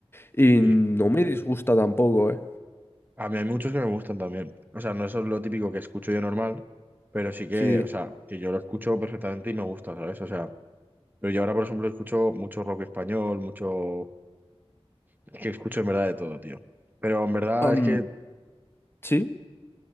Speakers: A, on the left (about 20°); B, on the right (about 20°).
A: y
B: Sí.
A: no me disgusta tampoco, ¿eh?
B: A mí hay muchos que me gustan también. O sea, no es lo típico que escucho yo normal, pero sí que,
A: Sí.
B: o sea, que yo lo escucho perfectamente y me gusta, ¿sabes? O sea, pero yo ahora, por ejemplo, escucho mucho rock español, mucho Es que escucho en verdad de todo, tío. Pero en verdad
A: Am,
B: es que,
A: sí,